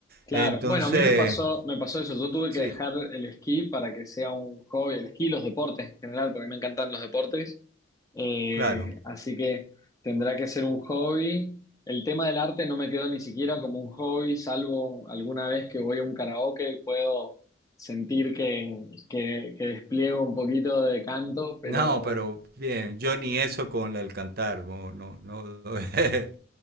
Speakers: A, on the left; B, on the right.
A: Claro,
B: Entonces...
A: bueno, a mí me pasó, me pasó eso. Yo tuve
B: Sí,
A: que dejar el esquí para que sea un hobby, el esquí, los deportes en general, porque me encantan los deportes. Eh,
B: claro.
A: así que tendrá que ser un hobby. El tema del arte no me quedó ni siquiera como un hobby, salvo alguna vez que voy a un karaoke y puedo sentir que, que, que despliego un poquito de canto, pero
B: No, pero bien, yo ni eso con el cantar, no, no, no. <laughs>